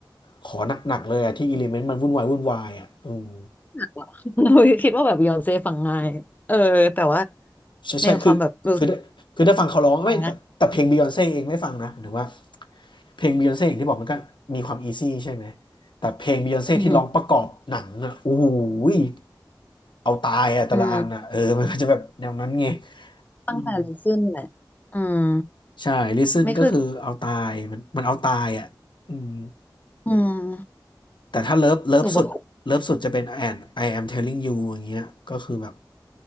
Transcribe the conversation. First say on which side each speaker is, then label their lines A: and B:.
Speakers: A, on the left; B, on the left.
A: ขอหนักๆเลยอ่ะที่อิเลเมนต์มันวุ่นวายวุ่นวายอ่ะอืม
B: <laughs> อุ๊ยคิดว่าแบบยอนเซ่ฟังง่ายเออแต่ว่า
A: ใช่ใช่คือคือคือถ้าฟังเขาร้องไม่แต่แต่เพลงบิยอนเซ่เองไม่ฟังนะหรือว่า
B: ในความแบบรู้สึกฟังง่าย
A: เพลงบิยอนเซ่อย่างที่บอกมันก็มีความอีซี่ใช่ไหมแต่เพลงบิยอนเซ่ที่ร้องประกอบหนังอ่ะโอ้โห
B: อืม
A: ยเอาตายอ่ะแต่ละอันอ่ะเออ
B: อืม
A: <laughs> มันก็จะแบบแนวนั้นไง
B: ตั้งแต่ลิซึนแหละอืม
A: อืมใช่ listen
B: ไม่เคย
A: ก็คือเอาตายมันมันเอาตายอ่ะอืม
B: อืม
A: แต่ถ้าเลิฟเลิฟสุดเลิฟสุดจะเป็น
B: หรือว่า
A: and I am telling you อย่างเงี้ยก็คือแบบ